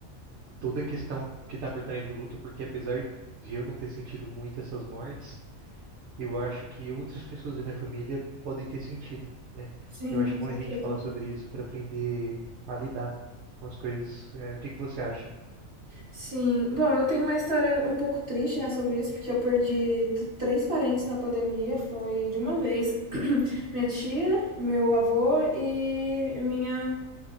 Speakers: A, on the right; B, on the right.
A: toda a questão que está por trás de luto, porque apesar de eu não ter sentido muito essas mortes, eu acho que outras pessoas da minha família podem ter sentido, né?
B: Sim,
A: Eu acho
B: com
A: bom
B: certeza.
A: a gente falar sobre isso para aprender a lidar com as coisas. Eh, o que que você acha?
B: Sim. Bom, eu tenho uma história um pouco triste, né, sobre isso, porque eu perdi t- três parentes na pandemia, foi de uma vez. <clears throat> Minha tia, meu avô e minha.